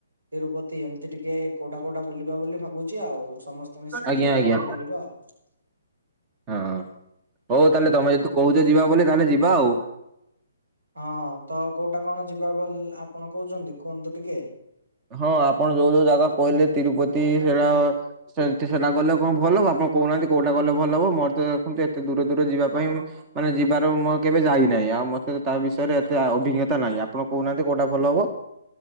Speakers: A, on the right; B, on the right.
A: ତିରୁପତି ଏମିତି ଟିକେ। କୋଉଟା କୋଉଟା ବୁଲିବା ବୋଲି ଭାବୁଛି ଆଉ ସମସ୍ତେ ମିଶିକି
B: ଆଜ୍ଞା
A: କୋଉଟା
B: ଆଜ୍ଞା
A: କଣ ବୁଲିବା ଆଉ।
B: ହଁ ହଉ
A: ଆଉ।
B: ତାହେଲେ ତମେ ଯଦି କହୁଛ ଯିବା ବୋଲି ତାହେଲେ ଯିବା ଆଉ।
A: ହଁ ତ କୋଉଟା କଣ ଯିବା ବୋଲି ଆପଣ କହୁଛନ୍ତି କୁହନ୍ତୁ ଟିକେ?
B: ହଁ ଆପଣ ଯୋଉ ଯୋଉ ଜାଗା କହିଲେ ତିରୁପତି ହେରା ସେ ସେଟା ଗଲେ କଣ ଭଲ ହବ ଆପଣ କହୁନାହାନ୍ତି କୋଉଟା ଗଲେ ଭଲ ହବ ମୋର ତ ଦେଖନ୍ତୁ ଏତେ ଦୂର ଦୂର ଯିବା ପାଇଁ ମାନେ ଯିବାର ମୁଁ କେବେ ଯାଇନାହିଁ, ଆଉ ମତେ ତା ବିଷୟରେ ଏତେ ଅଭିଜ୍ଞତା ନାହିଁ, ଆପଣ କହୁନାହାନ୍ତି କୋଉଟା ଭଲ ହବ?